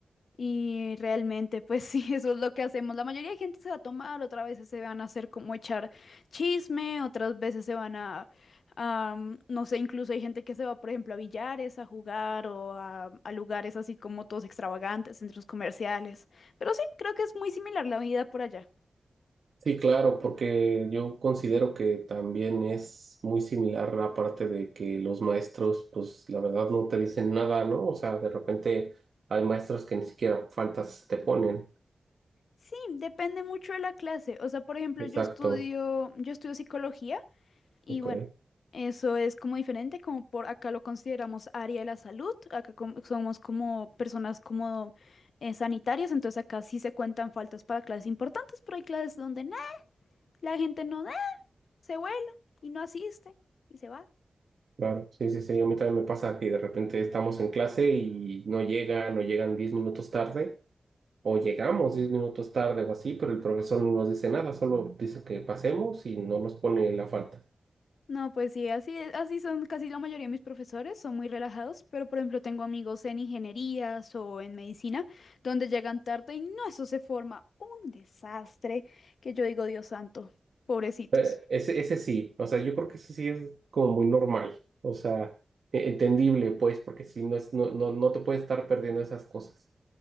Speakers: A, on the left (about 85°); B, on the right (about 75°).
A: Y realmente, pues sí, <laughs> eso es lo que hacemos. La mayoría de gente se va a tomar, otras veces se van a hacer como echar chisme, otras veces se van a, am, no sé, incluso hay gente que se va, por ejemplo, a billares, a jugar o a, a lugares así como todos extravagantes, centros comerciales. Pero sí, creo que es muy similar la vida por allá.
B: Sí, claro, porque yo considero que también es muy similar la parte de que los maestros, pues la verdad no te dicen nada, ¿no? O sea, de repente hay maestros que ni siquiera faltas te ponen.
A: Sí, depende mucho de la clase. O sea, por ejemplo,
B: Exacto,
A: yo estudio, yo estudio psicología. Y
B: ok,
A: bueno, eso es como diferente, como por acá lo consideramos área de la salud, acá como- somos como personas como eh, sanitarias, entonces acá sí se cuentan faltas para clases importantes, pero hay clases donde nada, la gente no da, se vuela y no asiste y se va.
B: claro. Sí, sí, sí, a mí también me pasa que de repente estamos en clase y no llegan o llegan 10 minutos tarde o llegamos 10 minutos tarde o así, pero el profesor no nos dice nada, solo dice que pasemos y no nos pone la falta.
A: No, pues sí, así es- así son casi la mayoría de mis profesores, son muy relajados, pero por ejemplo tengo amigos en ingenierías o en medicina, donde llegan tarde y no, eso se forma un desastre que yo digo, Dios santo, pobrecitos.
B: Eh, ese, ese sí, o sea, yo creo que ese sí es como muy normal, o sea, e- entendible, pues, porque si no es, no, no, no te puedes estar perdiendo esas cosas.